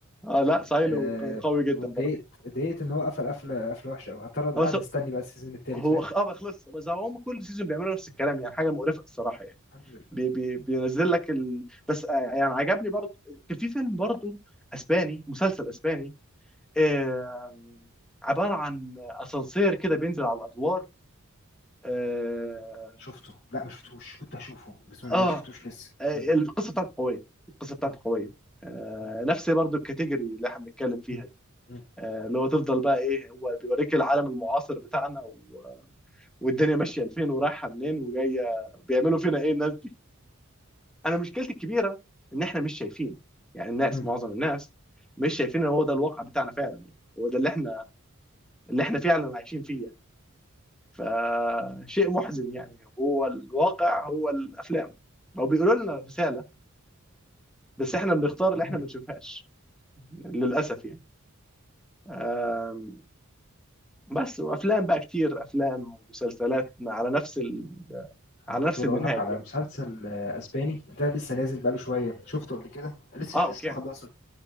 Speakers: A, in the centre; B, on the left.
A: اه لا سايلو
B: آه
A: كان قوي جدا
B: واتضايقت
A: برضه
B: اتضايقت ان هو قفل قفله قفله وحشه قوي هضطر
A: هو
B: قاعد
A: س...
B: مستني بقى السيزون التالت
A: هو
B: فاهم
A: خ- اه بقى خلص بس هم كل سيزون بيعملوا نفس الكلام يعني حاجه مقرفه الصراحه يعني
B: الحمد لله.
A: بي... بي... بينزل لك ال... بس آه يعني عجبني برضه كان في فيلم برضه اسباني مسلسل اسباني آه... عباره عن اسانسير كده بينزل على الادوار آه،
B: شفته لا ما شفتهوش كنت هشوفه بس ما
A: اه
B: ما شفتوش لسه
A: آه،
B: مم.
A: القصه بتاعته قويه القصه بتاعته
B: مم.
A: قويه آه
B: مم.
A: نفس برضو الكاتيجوري اللي احنا بنتكلم فيها
B: مم.
A: دي
B: مم.
A: آه اللي هو تفضل بقى ايه هو بيوريك العالم المعاصر بتاعنا و... والدنيا ماشيه لفين ورايحه منين وجايه بيعملوا فينا ايه الناس دي انا مشكلتي الكبيره ان احنا مش شايفين يعني الناس
B: مم.
A: معظم الناس مش شايفين ان هو ده الواقع بتاعنا فعلا يعني هو ده اللي احنا اللي احنا فعلا عايشين فيه يعني فشيء محزن يعني هو الواقع هو الافلام هو بيقولوا لنا رساله بس احنا بنختار اللي
B: مم.
A: احنا ما نشوفهاش للاسف يعني آم، بس وافلام بقى كتير افلام ومسلسلات على نفس ال...
B: انا
A: على
B: كنت
A: نفس
B: بقول
A: المنهاج
B: لك على
A: يعني
B: مسلسل آه، اسباني ده لسه نازل بقاله شويه شفته قبل كده لسه
A: اه
B: مش
A: اوكي
B: لسه مخلصه